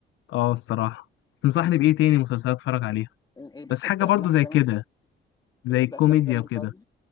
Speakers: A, on the left; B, on the left.
A: أه الصراحة تنصحني بإيه تاني مسلسلات أتفرج عليها
B: إيه،
A: بس
B: بتحب
A: حاجة
B: افلام
A: برضو زي
B: زمان
A: كده زي
B: بتحب
A: الكوميديا
B: افلام زمان
A: وكده
B: طيب